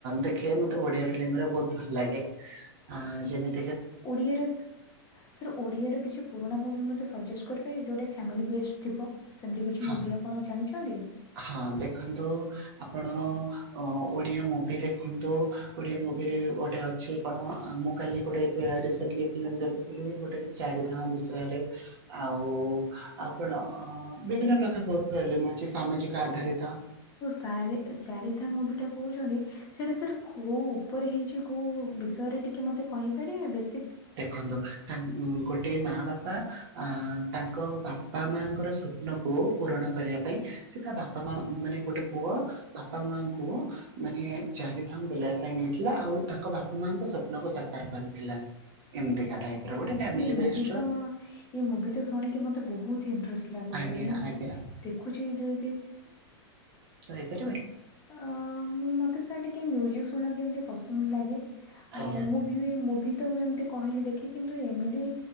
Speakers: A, on the right; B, on the left.
A: ଦେଖେ। ମତେ ଓଡିଆ ଫିଲ୍ମଗୁଡା ବହୁତ ଭଲ ଲାଗେ। ଆ ଯେମିତି
B: ଓଡିଆରେ ସାର୍ ଓଡିଆର କିଛି ପୁରୁଣା ମୁଭି ମତେ ସଜେଷ୍ଟ କରିପାରିବେ ଯୋଉଟାକି ଫଫ୍ୟାମିଲୀ ବେଷ୍ଟ ଥିବ। ସେମିତି କିଛି
A: ହଁ
B: ମୁଭି ଆପଣ ଜାଣିଛନ୍ତି?
A: ହଁ ଦେଖନ୍ତୁ ଆପଣ ଅ ଓଡିଆ ମୁଭି ଦେଖନ୍ତୁ ଓଡିଆ ମୁଭିରେ ଗୋଟେ ଅଛି କଣ ମୁଁ କାଲି ଗୋଟେ ରିସେଣ୍ଟଲି ଦେଖୁଥିଲି ଗୋଟେ ଚାରିଧାମ ବିଷୟରେ ଆଉ ଆଉ କଣ ଅ ବିଭିନ୍ନ ପ୍ରକାର ବହୁତ ଫିଲ୍ମଅଛି ସାମାଜିକ ଆଧାରିତ
B: ଚାରି ଚାରିଧାମ ମୁଭିଟା କହୁଚନ୍ତି ସେଇଟା ସାର୍ କୋଉ ଉପରେ ହେଇଚି କୋଉ ବିଷୟରେ ଟିକେ ମତେ କହିପାରିବେ ବେସିକ୍।
A: ଦେଖନ୍ତୁ ତା ଗୋଟେ ମା ବାପା ଅ ତାଙ୍କ ବା ବାପା ମାଙ୍କର ସ୍ୱପ୍ନକୁ ପୂରଣ କରିବା ପାଇଁ ସେ ତା ବାପା ମା ମାନେ ଗୋଟେ ପୁଅ ବାପା ମାଆଙ୍କୁ ମାନେ ଚାରିଧାମ ବୁଲେଇବା ପାଇଁ ନେଇଥିଲା ଆଉ ତାଙ୍କ ବାପା ମାଙ୍କ ସ୍ୱପ୍ନକୁ ସାକାର କରିଥିଲା। ଏମିତିକା ଟାଇପ୍ ର ଗୋଟେ
B: ଅଛି
A: ଫ୍ୟାମିଲୀ
B: ଏଇ ମୁଭି
A: ବେଷ୍ଟ୍
B: ତ
A: ର।
B: ଏଇ ମୁଭି ଟା ଶୁଣିକି ମତେ ବହୁତ ଇଟ୍ରେଷ୍ଟ ଲାଗୁଚି।
A: ଆଜ୍ଞା
B: ମୁଁ
A: ଆଜ୍ଞା
B: ଦେଖୁଚି ଯଦି
A: ଗାଇପରିବେ?
B: ଅ ମୁଁ ମତେ ସାର୍ ଟିକେ ମ୍ୟୁଜିକ୍ ଶୁଣିବାକୁ ଏମିତି ପସନ୍ଦ ଲାଗେ।
A: ଆଜ୍ଞା
B: ଆଉ ମୁଁ ମୁଭି ତ ମୁଁ ଏମିତି କହିଲି ଦେଖି କିନ୍ତୁ ଏମିତି